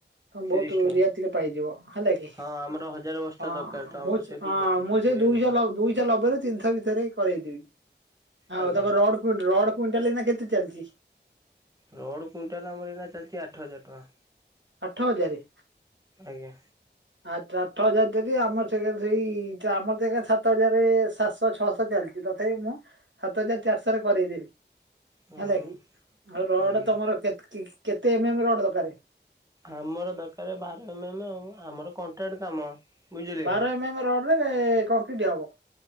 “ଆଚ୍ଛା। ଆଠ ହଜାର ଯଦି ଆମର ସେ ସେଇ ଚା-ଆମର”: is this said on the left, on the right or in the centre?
Right